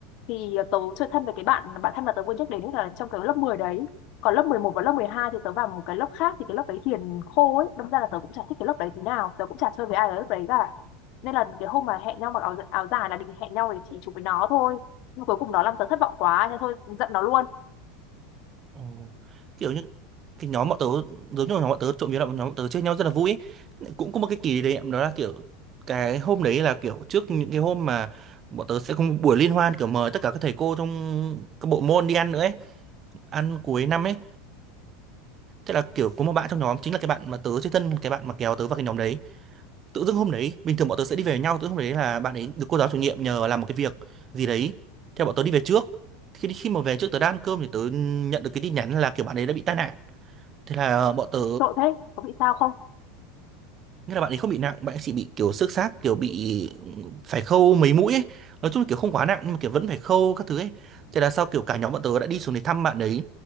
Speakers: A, on the left; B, on the right.
A: thì ờ, tớ chơi thân với cái bạn bạn thân mà tớ vừa nhắc đến ấy là trong cái lớp 10 đấy còn lớp 11 và lớp 12 thì tớ vào một cái lớp khác thì cái lớp đấy hiền khô ấy đâm ra là tớ cũng chả thích cái lớp đấy tí nào tớ cũng chả chơi với ai ở lớp đấy cả nên là cái hôm mà hẹn nhau mặc áo, áo dài là định hẹn nhau để chỉ chụp với nó thôi nhưng cuối cùng nó làm tớ thất vọng quá nên thôi giận nó luôn
B: Ồ. Kiểu như cái nhóm bọn tớ giống như nhóm bọn tớ trộm vía là bọn nhóm bọn tớ chơi nhau rất là vui ấy. Cũng có một cái kỷ niệm đó là kiểu cái hôm đấy là kiểu trước những cái hôm mà bọn tớ sẽ có một buổi liên hoan kiểu mời tất cả các thầy cô trong các bộ môn đi ăn nữa ấy, ăn cuối năm ấy. Thế là kiểu có một bạn trong nhóm chính là cái bạn mà tớ chơi thân cái bạn mà kéo tớ vào cái nhóm đấy tự dưng hôm đấy bình thường bọn tớ sẽ đi về với nhau tự dưng hôm đấy là bạn ấy được cô giáo chủ nhiệm nhờ làm một cái việc gì đấy theo bọn tớ đi về trước Thì khi khi mà về trước tớ đang ăn cơm thì tớ nhận được cái tin nhắn là kiểu bạn ấy đã bị tai nạn thế là bọn tớ
A: tội thế có bị sao không
B: nghĩa là bạn ấy không bị nặng bạn ấy chỉ bị kiểu xước xác kiểu bị phải khâu mấy mũi ấy nói chung là kiểu không quá nặng nhưng mà kiểu vẫn phải khâu các thứ ấy thế là sau kiểu cả nhóm bọn tớ đã đi xuống để thăm bạn ấy